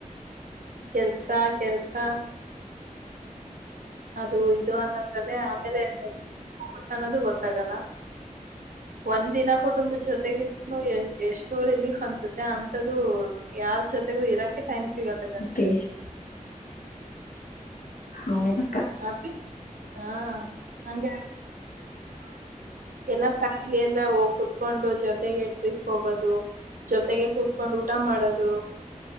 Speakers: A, on the right; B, on the left.
A: ಕೆಲ್ಸ ಕೆಲ್ಸ ಅದು ಇದು ಅನ್ನೋದ್ರಲ್ಲೇ ಆಮೇಲೆ ಹೋಗುತ್ತ ಅನ್ನೋದು ಗೊತ್ತಾಗಲ್ಲ
B: <inaudible>
A: ಒಂದ್ ದಿನ ಕುಟುಂಬದ ಜೊತೆಗ ಇದ್ ಎಷ್ಟೋ ರಿಲೀಫ್ ಅನ್ಸುತ್ತ ಅಂತ್ದು ಯಾರ್ ಜೊತೆಗ ಇರಾಕ್ಕೆ ಟೈಮ ಸಿಗತ್ತ
B: ಬೇಷ್ ಹೌದಾ
A: ಅಬಿ ಹಾ ಹಂಗ ಎಲ್ಲ ಫ್ಯಾಮಿಲಿ ಎಲ್ಲ ಹೋಗ ಕುೂತ್ಕೊಂಡು ಜೊತೆಗೆ ಟ್ರಿಪ್ ಹೋಗೋದು ಜೊತೆಗೆ ಕೂತ್ಕೊಂಡ್ ಊಟ ಮಾಡೋದು